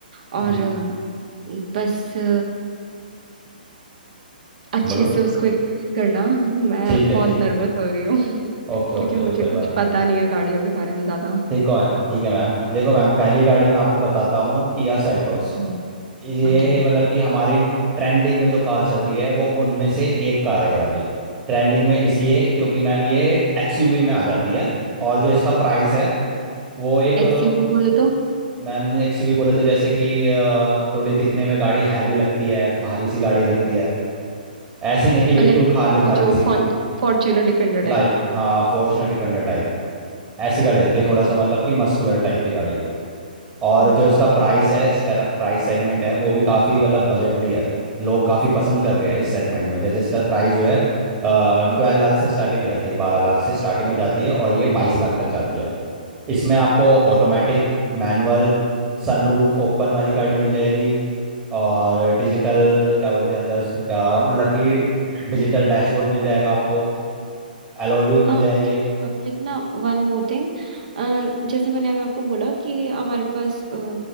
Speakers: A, on the right; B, on the right.
A: और
B: हम्म
A: अ, बस अ, अच्छे
B: बोलो
A: से उसको एक्सप्लेन करना मैं
B: ठीक है
A: बहुत
B: ठीक
A: नर्वस
B: है
A: हो रही हूँ <laughs>
B: ओके ओके
A: क्योंकि मुझे
B: ओके कोई
A: कुछ
B: बात नहीं
A: पता नहीं है गाड़ियों के बारे में ज़्यादा
B: ठीक है ठीक है मैम देखो मैम पहली गाड़ी मैं आपको बताता हूँ किया सेल्टोस
A: हम्म
B: ये
A: ओके
B: मतलब कि हमारी ट्रेंडिंग में जो कार चल रही है वो उनमें से एक कार है ये वाली ट्रेंडिंग में इसलिए क्योंकि मैम ये एक्सयूवी में आ जाती है और जो इसका प्राइस है वो एक
A: एक्सयूवी
B: अ,
A: बोले तो
B: मैम एक्सयूवी बोले तो जैसे कि अ, थोड़ी दिखने में गाड़ी हैवी लगती है भारी सी गाड़ी लगती है ऐसी नहीं कि बिल्कुल
A: लाइक
B: खाली
A: वो
B: खाली
A: जो
B: सी
A: फॉर्च्यूनर डिफेंडर
B: लाइक
A: टाइप
B: हाँ फॉर्च्यूनर डिफेंडर टाइप ऐसी गाड़ी लगती
A: हम्म,
B: है थोड़ा
A: ठीक
B: सा मतलब कि मस्कुलर टाइप की गाड़ी और
A: है ओके
B: जो इसका
A: ओके
B: प्राइस है प्राइस सेगमेंट है वो भी काफ़ी मतलब बजटली है लोग काफ़ी पसंद कर रहे हैं इस सेगमेंट में जैसे इसका प्राइस जो है ट्वेल्व
A: हम्म हम्म
B: लाख से स्टार्टिंग हो जाती है बारह लाख से स्टार्टिंग हो जाती है और ये बाईस लाख तक जाती है इसमें आपको ऑटोमेटिक मैनुअल सनरूफ ओपन वाली गाड़ी मिल जाएगी और डिजिटल क्या बोलते हैं अंदर उसको क्या मतलब कि डिजिटल डैशबोर्ड मिल जाएगा आपको एलॉय व्हील
A: आ,
B: मिल जाएंगे
A: ओके और लाइक ना वन मोर थिंग जैसे मैंने अभी आपको बोला कि हमारे पास अ,